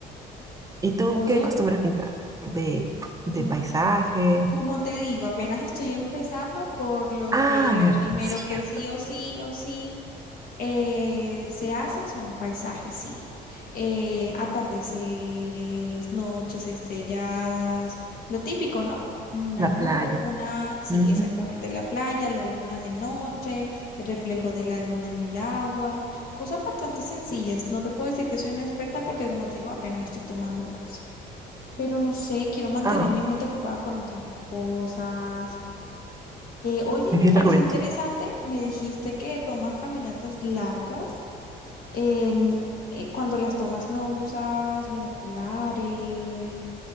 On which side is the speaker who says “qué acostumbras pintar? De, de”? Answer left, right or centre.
Right